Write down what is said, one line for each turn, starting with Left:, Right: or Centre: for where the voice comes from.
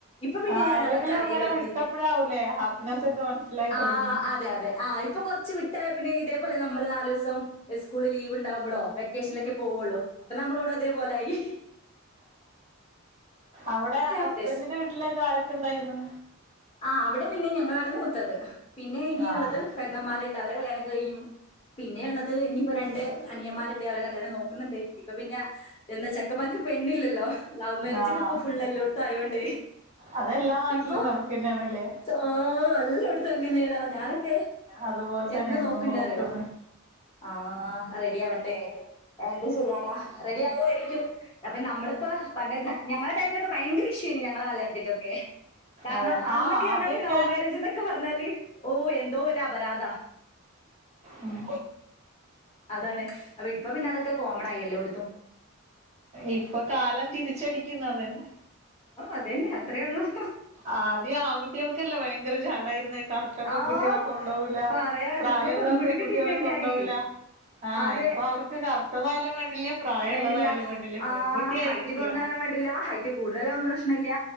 Left: ഇപ്പൊ പിന്നെ
Right: ആഹ്
Left: ഞാൻ
Right: അല്ലെങ്കിലും
Left: അതൊക്കെ അറിയലൊടുത്തി
Right: ഇങ്ങനെ വിട്ടപ്പോഴാവൂലേ ഹാപ്പിനെസ്സ ഒക്കെ മനസ്സിലായി തുടങ്ങിയെ
Left: ആ അതെ അതെ ആ ഇപ്പ കൊറച്ച് വിട്ടായെ പിന്നെ ഇതേപോലെ നമ്മള് നാല് ദിവസം സ്കൂൾ ലീവ് ഉണ്ടാവുമ്പോളോ വെക്കേഷനൊക്കെ പോവുള്ളൂ അപ്പൊ നമ്മളോട് അതേപോലൊയി
Right: അവിടെ ഹസ്ബൻ്റ്
Left: ഉദ്ദേശിച്ചത്
Right: ന്റെ വീട്ടിലൊക്കെ ആരൊക്കെ ഉണ്ടായിരുന്നു
Left: ആ അവിടെ പിന്നെ ഞങ്ങളാണ് മൂത്തത് പിന്നെ ഇനിയുള്ളത്
Right: ആഹ്
Left: പെങ്ങമാര് അവരുടെ കല്യാണം ഒകെ കഴിഞ്ഞു പിന്നെ ഉള്ളത് ഇനിയിപ്പോ രണ്ട് അനിയന്മാരുണ്ട് അവരെ കല്യാണം നോക്കുന്നുണ്ട് ഇപ്പൊ പിന്നെ എന്താ ചെക്കൻ മാർക്ക് പെണ്ണില്ലല്ലോ ലവ് മേരേജ്
Right: ആഹ്
Left: ഒക്കെ ഇപ്പൊ ഫുൾ എല്ലോടത്തും ആയോണ്ട്
Right: അതെല്ലാ നാട്ടിലും
Left: ഇപ്പൊ
Right: കണക്കന്നെയാണല്ലേ
Left: ആ എല്ലോടത്തും അങ്ങനെ ന്നെ ഡാ ഞാനൊക്കെ
Right: അതുപോല്തെന്നെ
Left: എന്ന് നോക്കണ്ട്
Right: നോക്കുന്നെ
Left: അറിയോ ആഹ് റെഡി ആവട്ടെ എന്ത് ചെയ്യാനാ റെഡി ആവുമായിരിക്കും അപ്പൊ നമ്മളിപ്പോ പണ്ടെ ഞങ്ങളെ ടൈമിലൊക്കെ ഭയങ്കര ഇഷ്യൂയെനി ഞങ്ങളെ കല്യാത്തിന്റെയൊക്കെ കാരണം
Right: അതെ
Left: അന്നൊക്കെ
Right: ആഹ്
Left: പറഞ്ഞാല്
Right: ആദ്യൊക്കെ
Left: ലവ് മാരേജ് എന്നൊക്കെ പറഞ്ഞാല് ഓ എന്തോ വല്യ അപരാധാ
Right: ഉം
Left: അതാണ് അപ്പൊ ഇപ്പൊ പിന്നെ അതൊക്കെ കോമൺ ആയി എല്ലോട് ത്തും
Right: ഇപ്പൊ കാലം തിരിച്ചടിക്കുന്ന അതെന്നെ
Left: അതന്നെ അത്രേ ഒള്ളും
Right: ആ ആദ്യം ആൺകുട്ടികൾക്കല്ലേ ഭയങ്കര ചാടായിരുന്നെ കറുത്ത പെൺകുട്ടികളെ
Left: ആഹ്
Right: കൊണ്ടോവൂല
Left: പറയാണ്ട്
Right: പ്രായമുള്ള
Left: ഇപ്പൊ പെൺകുട്ടിക്ക്
Right: പെൺകുട്ടികളെ
Left: ഡിമാൻഡ്
Right: കൊണ്ടോവൂല
Left: ആയി
Right: ആഹ്
Left: അതെ
Right: ഇപ്പൊ അവർക്ക് കറുത്തതായാലും വേണ്ടില്ല പ്രായമുള്ളതായാലും
Left: വേണ്ടില്ല
Right: വേണ്ടില്ല
Left: ആ
Right: പെൺകുട്ടിയായി
Left: ഹൈറ്റ്
Right: കിട്ടിയാ
Left: കുറഞ്ഞ
Right: മതി
Left: തായാലും വേണ്ടില്ല ഹൈറ്റ് കൂടുതലായാലും പ്രശ്ന ഇല്ല